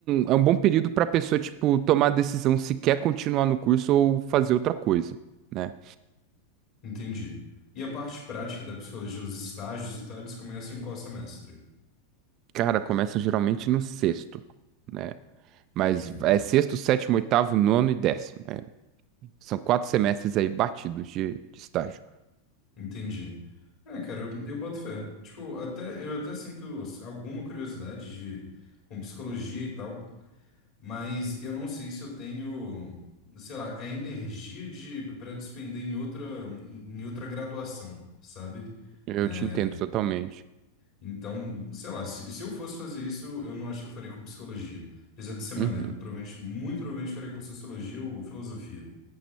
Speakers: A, on the right; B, on the left.
A: é um bom período para pessoa, tipo, tomar a decisão se quer continuar no curso ou fazer outra coisa. né?
B: Entendi. E a parte prática da psicologia, os estágios e tal, eles começam em qual semestre?
A: Cara, começa geralmente no sexto, né? Mas
B: Hum,
A: é sexto, sétimo, oitavo, nono e décimo. É, são quatro semestres aí batidos de, de estágio.
B: entendi. É, cara, eu, eu boto fé. Tipo, até, eu até sinto alguma curiosidade de, com psicologia e tal. Mas eu não sei se eu tenho, sei lá, a energia de para despender em outra em outra graduação, sabe?
A: Eu
B: É,
A: te entendo totalmente.
B: Então, sei lá, se, se eu fosse fazer isso, eu não acho que eu faria com psicologia. Apesar de ser maneiro.
A: Uhum,
B: Provavelmente, muito provavelmente faria com sociologia ou filosofia.